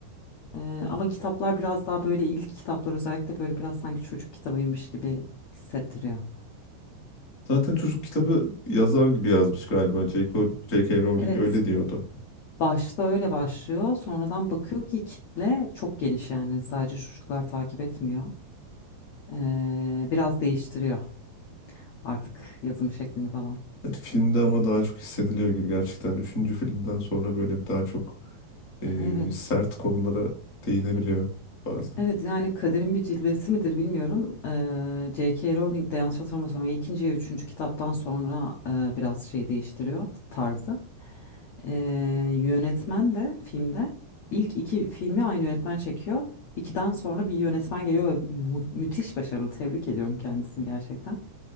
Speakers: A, on the left; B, on the left.
A: Eee, ama kitaplar biraz daha böyle ilk kitaplar özellikle böyle biraz sanki çocuk kitabıymış gibi hissettiriyor.
B: Zaten çocuk kitabı yazar gibi yazmış galiba. J.K. J.K. Rowling
A: Evet.
B: öyle diyordu.
A: Başta öyle başlıyor. Sonradan bakıyor ki kitle çok geniş yani sadece çocuklar takip etmiyor. Ee, biraz değiştiriyor artık yazım şeklini falan.
B: Evet, filmde ama daha çok hissediliyor gibi gerçekten. Üçüncü filmden sonra böyle bir daha çok e,
A: Evet.
B: sert konulara değinebiliyor bazen.
A: Evet yani kaderin bir cilvesi midir bilmiyorum. Eee, J.K. Rowling de yanlış hatırlamıyorsam ya ikinci ya üçüncü kitaptan sonra eee, biraz şey değiştiriyor tarzı. Eee, yönetmen de filmde ilk iki filmi aynı yönetmen çekiyor. İkiden sonra bir yönetmen geliyor ve mu- müthiş başarılı. Tebrik ediyorum kendisini gerçekten.